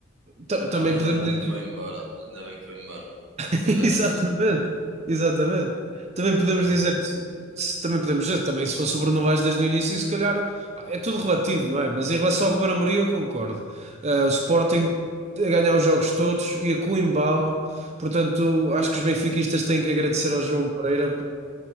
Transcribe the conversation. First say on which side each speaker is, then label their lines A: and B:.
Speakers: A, on the right; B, on the right.
A: Ta-
B: Ah,
A: Também
B: Mas ainda
A: podemos
B: bem
A: dizer.
B: que foi embora. Ainda bem que foi embora.
A: <laughs>
B: Bem da
A: Exatamente,
B: emoção.
A: exatamente. Também podemos
B: Foi.
A: dizer, que se- se- também podemos dizer, que também se fosse o Bruno Vaz desde o início, se calhar pá, é tudo relativo, não é? Mas em relação ao Ruben Amorim, eu concordo. Eh, o Sporting a ganhar os jogos todos e a com embalo, portanto, acho que os benfiquistas têm que agradecer ao João Pereira